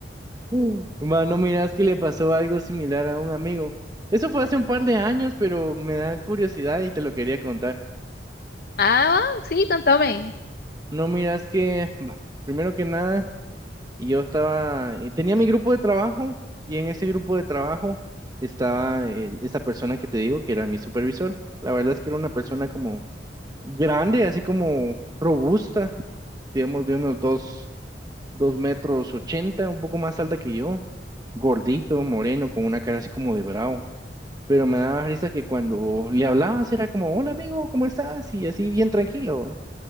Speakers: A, on the right (about 20°); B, on the left (about 55°).
A: Mm. Mano, miras que le pasó algo similar a un amigo. Eso fue hace un par de años, pero me da curiosidad y te lo quería contar.
B: Ah, va, sí, contame.
A: No miras que, bah, primero que nada... Y yo estaba, y tenía mi grupo de trabajo y en ese grupo de trabajo estaba el- esa persona que te digo que era mi supervisor. La verdad es que era una persona como grande, así como robusta, digamos de unos dos, dos metros ochenta, un poco más alta que yo, gordito, moreno, con una cara así como de bravo. Pero me daba risa que cuando le hablabas era como, hola amigo, ¿cómo estás? Y así bien tranquilo. ¿va?